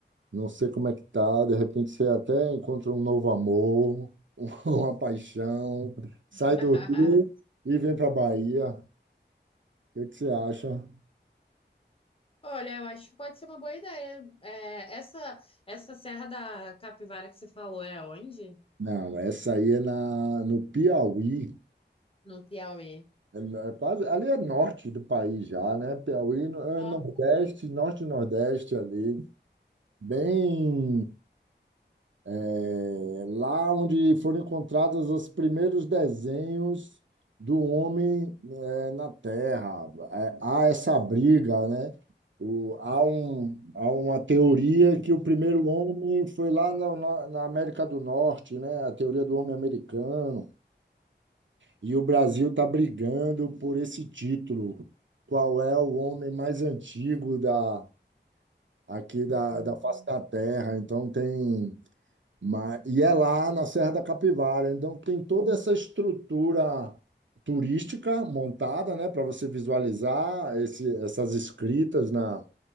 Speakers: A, on the right (about 85°); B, on the left (about 30°).
A: Não sei como é que tá, de repente você até encontra um novo amor, <laughs> uma paixão, sai
B: <laughs>
A: do Rio e vem para Bahia. O que que você acha?
B: Olha, eu acho que pode ser uma boa ideia. É, essa, essa Serra da Capivara que você falou é onde?
A: Não, essa aí é na, no Piauí.
B: No Piauí.
A: É, na- é quase, ali é norte do país já, né? Piauí no- é
B: Ó.
A: Nordeste, Norte e Nordeste ali. Bem. É lá onde foram encontrados os primeiros desenhos do homem é, na Terra. É, há essa briga, né? O- há, um, há uma teoria que o primeiro homem foi lá na, na na América do Norte, né? A teoria do homem americano. E o Brasil está brigando por esse título. Qual é o homem mais antigo da, aqui da,
B: Uhum.
A: da face da Terra? Então tem mas, e é lá na Serra da Capivara. Então, tem toda essa estrutura turística montada, né, para você visualizar esse, essas escritas na,